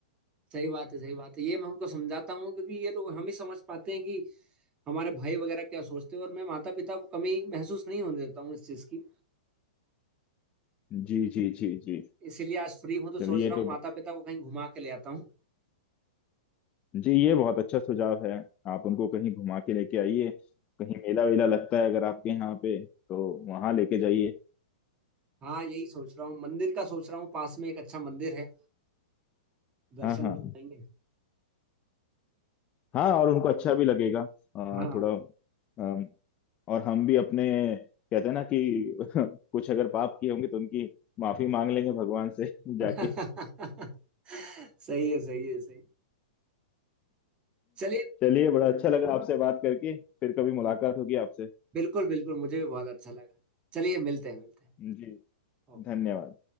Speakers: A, on the right; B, on the left.
A: सही बात है सही बात है ये मैं उनको समझाता हूँ क्योंकि ये लोग हम ही समझ पाते हैं कि हमारे भाई वगैरह क्या सोचते हैं और मैं माता पिता को कमी महसूस नहीं होने देता हूँ इस चीज की
B: जी जी जी जी
A: इसीलिए आज फ्री हूँ तो सोच
B: चलिए
A: रहा
B: तो
A: हूँ माता
B: ब-
A: पिता को कहीं घुमा के ले आता हूँ
B: जी ये बहुत अच्छा सुझाव है आप उनको कहीं घुमा के लेके आइए कहीं मेला वेला लगता है अगर आपके यहाँ पे तो वहां लेके जाइए
A: हाँ यही सोच रहा हूँ मंदिर का सोच रहा हूँ पास में एक अच्छा मंदिर है दर्शन
B: हाँ हाँ
A: भी हो जाएंगे
B: हाँ और उनको अच्छा भी लगेगा अ,
A: हाँ
B: थोड़ा अम, और हम भी अपने कहते हैं ना कि <laughs> कुछ अगर पाप किए होंगे तो उनकी माफी मांग लेंगे भगवान से <laughs> जाके
A: <laughs> सही है सही है सही चलिए
B: चलिए बड़ा अच्छा लगा आपसे बात करके फिर कभी मुलाकात होगी आपसे
A: बिल्कुल बिल्कुल मुझे भी बहुत अच्छा लगा चलिए मिलते हैं मिलते
B: जी
A: हैं
B: धन्यवाद